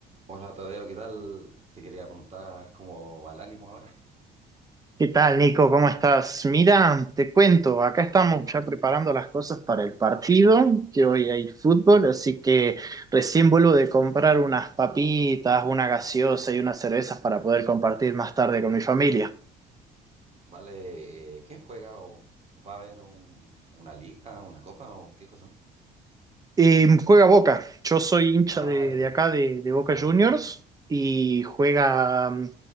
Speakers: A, on the right; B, on the right.
A: Hola Tadeo, ¿qué tal? Te quería preguntar cómo va el ánimo ahora.
B: ¿Qué tal, Nico? ¿Cómo estás? Mira, te cuento, acá estamos ya preparando las cosas para el partido, que hoy hay fútbol, así que recién vuelvo de comprar unas papitas, una gaseosa y unas cervezas para poder compartir más tarde con mi familia.
A: ¿Vale? eh, ¿Quién juega o va a haber un- una liga, una copa o qué cosa?
B: Eh, juega Boca. Yo soy hincha
A: Ah,
B: de,
A: eres
B: de
A: de,
B: acá, de, de Boca
A: ah,
B: Juniors,
A: eres de Boca.
B: y juega mm,